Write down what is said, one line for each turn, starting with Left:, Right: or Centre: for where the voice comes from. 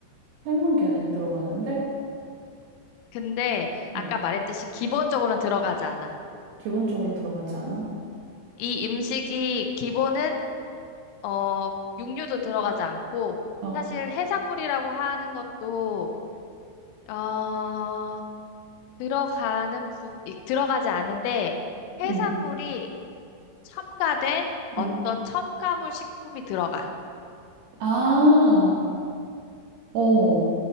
Right: 삶은 계란이 들어가는데
Left: 근데
Right: 어
Left: 아까 말했듯이 기본적으로는 들어가지 않아.
Right: 기본적으로 들어가지 않아?
Left: 이 음식이 기본은 어 육류도 들어가지 않고
Right: 어
Left: 사실 해산물이라고 하는 것도 어 들어가는 부 이- 들어가지 않은데 해산물이
Right: 응.
Left: 첨가된 어떤
Right: 응.
Left: 첨가물 식품이 들어가.
Right: 아, 어,